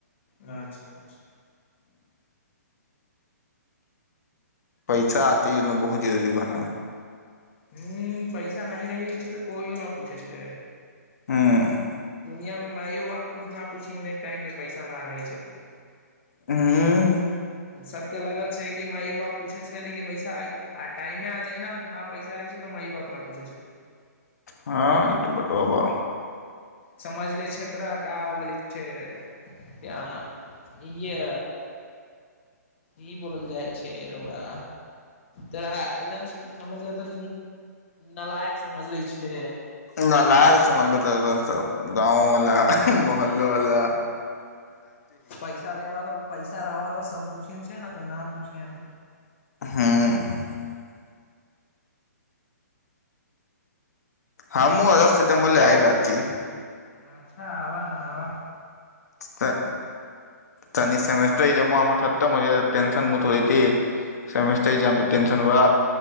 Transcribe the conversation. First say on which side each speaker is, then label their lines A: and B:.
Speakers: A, on the left; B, on the left.
A: अच्छा अच्छा
B: पैसा आते यमे बहुत जरूरी बना
A: ह्म पैसा नहि रह छै तऽ कोनो न पूछे छै
B: हूँ
A: दुनिया में माययो बाप कुछ न पुछिय टाइम पे पैसा न रहै छै तऽ
B: हुँ
A: सबके लगत छै कि मायो बाप पूछै छै लेकिन वैसा टाइम मे आ जाइ न न पैसा रहै छै तऽ माय बाप ने पूछै छै
B: हँ ई त बताब भ
A: समझ ले छै तोरा क बोलय से यह ईए ई बोलल जाइ छै रउआ तोरा एकदम समझल त नालयक समझ ले छै
B: न ल त समान भतर गाँववला महलवला
A: पैसा दे बाद पैसा रहो तऽ सब पुछिन छै ने तऽ नहि पुछियैनि
B: हुँ हँ मु अधस सितेम्बर ल आइ रहल छी
A: अच्छा आ ब ना आबा
B: त तनी सेमेस्टर जे हमर खत्म भ जायत टंशन मुथइट होई समस्ते जाम त टेंशन बा